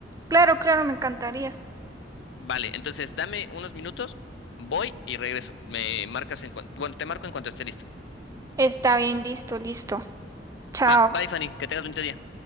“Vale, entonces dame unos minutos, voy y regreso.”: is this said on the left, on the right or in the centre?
Left